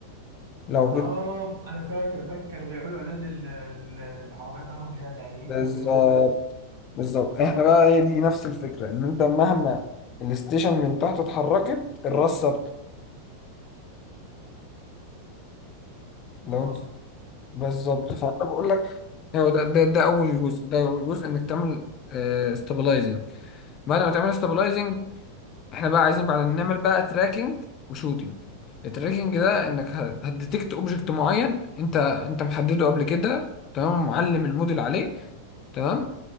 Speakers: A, on the left; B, on the right.
A: لو
B: اه
A: جيت
B: انا فاكر فاكر كانوا بيعملوا اعلان لل- لل- للعربيه بتاعتهم جديده تقريبا
A: بالظبط
B: وبيقولوا هت-
A: بالظبط إحنا بقى هي دي نفس الفكرة إن أنت مهما الستيشن من تحت اتحركت الراس ثابتة لو
B: واصل
A: انت بالظبط فانا بقول لك هو ده, ده ده اول جزء ده اول جزء انك تعمل استابلايزنج بعد ما تعمل استابلايزنج احنا بقى عايزين بعد نعمل بقى تراكنج وشوتنج التراكنج ده انك هتديتكت اوبجكت معين انت انت محدده قبل كده تمام معلم الموديل عليه تمام